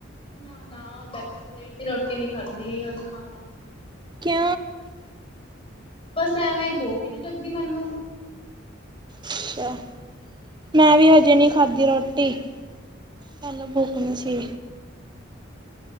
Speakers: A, on the left (about 30°); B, on the right (about 25°).
A: ਨਾ ਨਾ ਮੈਂ ਤੇ ਸਵੇਰ ਦੀ ਰੋਟੀ ਨੀ ਖਾਧੀ ਹੁਣ ਖਾਵਾਂਗੀ
B: ਕਿ
A: ਬਸ ਐਵੇਂ ਬੁਕ ਹੀ ਨਹੀਂ ਲੱਗਦੀ ਮੈਨੂੰ
B: ਅੱਛਾ ਮੈਂ ਵੀ ਹਜੇ ਨਹੀਂ ਖਾਧੀ ਰੋਟੀ ਤੁਹਨੂੰ ਬੁਕ ਸੀ